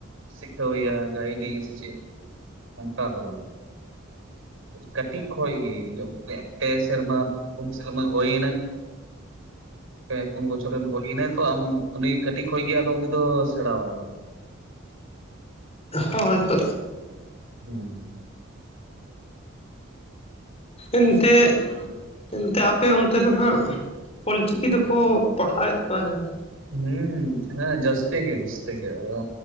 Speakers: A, on the right (about 75°); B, on the left (about 30°).
A: ᱥᱤᱠᱷᱟᱣ ᱮᱭᱟ ᱜᱟᱭᱰ ᱮᱭᱟ ᱥᱮ ᱪᱮ ᱛᱟ ᱫᱚ ᱵᱟᱝ ᱠᱟᱹᱴᱤᱡ ᱠᱷᱚᱱ ᱜᱮ ᱯᱮ ᱥᱮᱨᱢᱟ ᱯᱩᱱ ᱥᱮᱨᱢᱟ ᱦᱩᱭᱱᱟ ᱯᱮ ᱯᱩᱱ ᱵᱚᱪᱷᱚᱨ ᱨᱮᱱ ᱦᱩᱭᱱᱟ ᱛᱚ ᱟᱢ ᱩᱱᱤ ᱠᱟᱹᱴᱤᱡ ᱠᱷᱳᱡ ᱜᱮᱭ ᱟᱫᱚ ᱩᱱᱤ ᱫᱚ ᱥᱮᱲᱟᱣᱟᱭ
B: ᱦᱳᱭ ᱦᱳ
A: ᱦᱩᱸ
B: ᱮᱱᱛᱮ ᱮᱱᱛᱮ ᱟᱯᱮ ᱚᱱᱛᱮ ᱫᱚ ᱦᱟᱸᱜ ᱚᱞᱪᱤᱠᱤ ᱫᱚᱠᱚ ᱯᱟᱲᱦᱟᱣᱮᱫ ᱠᱚᱣᱟ ᱥᱮ ᱵᱟᱝ?
A: ᱦᱩᱸ ᱦᱮᱸ ᱡᱟᱹᱥᱛᱤ ᱜᱮ ᱡᱟᱹᱥᱛᱤ ᱜᱮ ᱟᱫᱚ